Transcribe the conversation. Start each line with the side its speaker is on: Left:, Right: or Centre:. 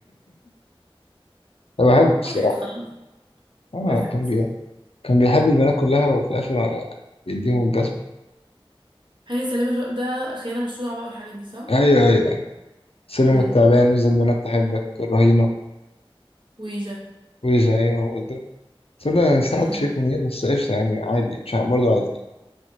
Left: أنا بحبه الصراحة
Right: وضحت خلاص
Left: اه
Right: وضحت
Left: كان بي... كان بيحب البنات كلها وفي الآخر يديهم الجزمة
Right: هاني سلامة شو- ده خيانة مشروعة بقى والحاجات دي صح؟
Left: أيوه أيوه سلم
Right: امم
Left: التعبان وزي البنات تحبك الرهينة
Right: ويجا
Left: ويجي أيوه برضه تصدق أنا نسيت أحط
Right: اه
Left: شريف منير بس قشطة يعني عادي مش ع- برضه عادي